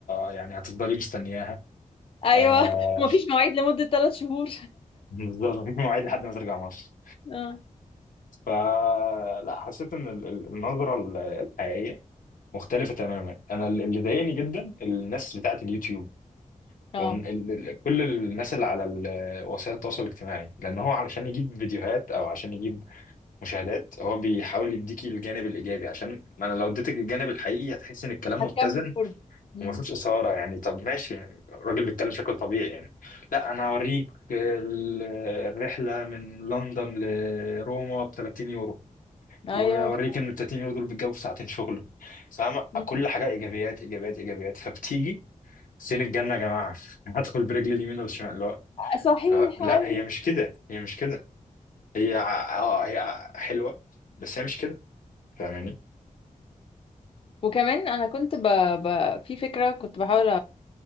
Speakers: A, on the left; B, on the left.
A: يعني هتفضلي مستنياها
B: ايوه
A: آه،
B: <laughs> ومفيش مواعيد لمده ثلاث شهور
A: بالظبط مفيش مواعيد لحد ما ترجع مصر
B: <laughs> اه
A: فلا حسيت ان ال- ال- النظرة ال- الحقيقية مختلفة تماما انا ال- اللي ضايقني جدا الناس بتاعة اليوتيوب
B: اه
A: وكل الناس اللي على ال- وسائل التواصل الاجتماعي لان هو علشان يجيب فيديوهات او عشان يجيب مشاهدات هو بيحاول يديكي الجانب الايجابي عشان ما انا لو اديتك الجانب الحقيقي هتحس ان الكلام
B: مش هتكمل
A: متزن
B: فرجه مم.
A: وما فيهوش إثارة يعني طب ماشي يعني الراجل بيتكلم شكل طبيعي يعني لا أنا هوريك ال- الرحلة من لندن لروما ب 30 يورو
B: ايوه
A: وأوريك
B: ف-
A: إن ال 30 يورو دول بيتجابوا في ساعتين شغل فاهم
B: مم.
A: كل حاجة إيجابيات إيجابيات إيجابيات فبتيجي سين الجنة يا جماعة <laughs> هدخل برجلي اليمين ولا الشمال
B: صحيح
A: لا لا
B: أيوة.
A: هي مش كده هي مش كده هي ع- اه هي حلوة بس هي مش كده فاهماني؟
B: وكمان انا كنت ب... ب... في فكره كنت بحاول